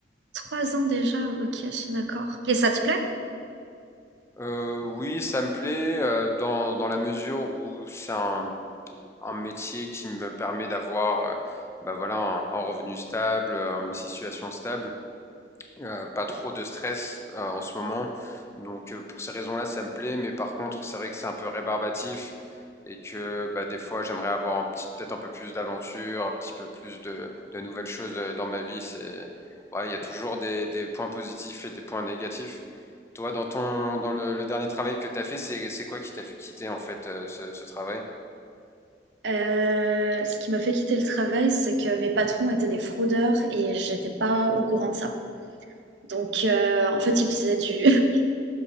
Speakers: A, on the right; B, on the left.
A: Trois ans déjà, ok, je suis d'accord. Et ça te plaît?
B: Euh, oui, ça me plaît euh, dans, dans la mesure où c'est un, un métier qui me permet d'avoir euh, bah voilà, un, un revenu stable, euh, une situation stable, euh, pas trop de stress euh, en ce moment. Donc euh, pour ces raisons-là, ça me plaît, mais par contre, c'est vrai que c'est un peu rébarbatif et que bah, des fois, j'aimerais avoir un petit- peut-être un peu plus d'aventure, un petit peu plus de, de nouvelles choses euh, dans ma vie. C'est, bah, il y a toujours des des points positifs et des points négatifs. Toi, dans ton, dans le, le dernier travail que tu as fait, c'est, c'est quoi qui t'a fait quitter en fait euh, ce, ce travail?
A: Euh, ce qui m'a fait quitter le travail, c'est que mes patrons étaient des fraudeurs et j'étais pas au courant de ça. Donc, euh, en fait, ils faisaient du, <laughs>